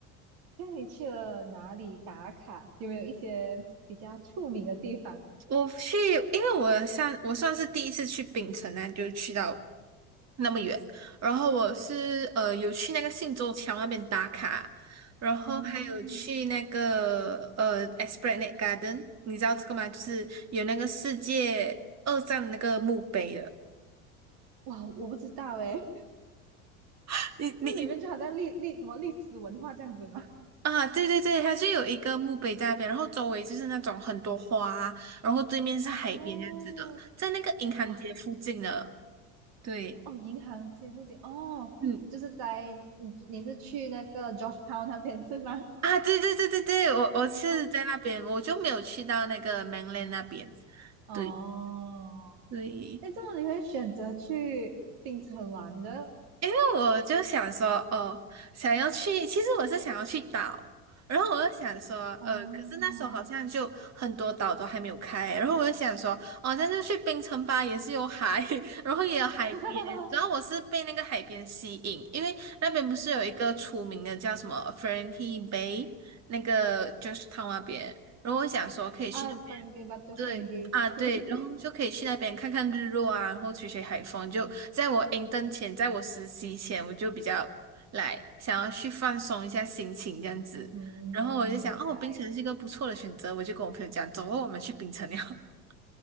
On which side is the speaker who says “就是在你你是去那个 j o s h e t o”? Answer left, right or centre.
Right